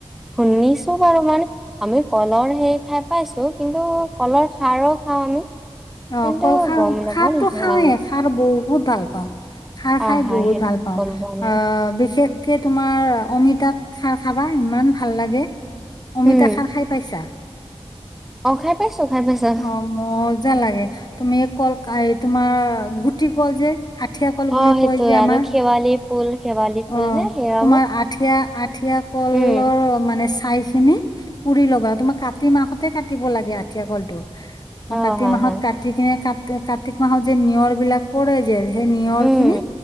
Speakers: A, in the centre; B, on the left.
A: শুনিছো বাৰু মানে আমি কলৰ সেই ঠাই পাইছো কিন্তু কলৰ খাৰৰ খাওঁ আমি
B: অ
A: কিন্তু
B: কল খাৰ
A: গম নাপাওঁ
B: খাৰতটো
A: নে অ',
B: খাওঁৱেই খাৰ বহুত ভাল পাওঁ খাৰ খাই
A: অ', হয়,
B: বহুত
A: সেইটো
B: ভাল পাওঁ
A: গম পোৱা নাই।
B: আহ বিশেষ কে তোমাৰ অমিতাত খাৰ খাবা, ইমান ভাল লাগে। অমিতা
A: উম,
B: খাৰ খাই পাইছা?
A: অ', খাই পাইছোঁ, খাই পাইছোঁ।
B: অ', মজা লাগে, তুমি কল কাই তোমাৰ গুটি কল যে আঠিয়া কল বুলি
A: অ', সেইটোয়ে
B: কয় যে আমাৰ,
A: আৰু শেৱালি ফুল, শেৱালি
B: অ',
A: ফুল যে সেয়াও
B: তোমাৰ আঠিয়া আঠিয়া কলৰ
A: উম,
B: মানে খাগচেনে পুৰি ল'বা আৰু তোমাৰ কাতি মাহতে কাটিব লাগে আঠিয়া কলটো তোমাৰ
A: অ',
B: কাতি
A: হয়,
B: মাহত
A: হয়,
B: কাটি কিনে ক কাতিক মাহত যে নিয়ৰ বিলাক পৰে যে সেই নিয়ৰ
A: উম,
B: খিনি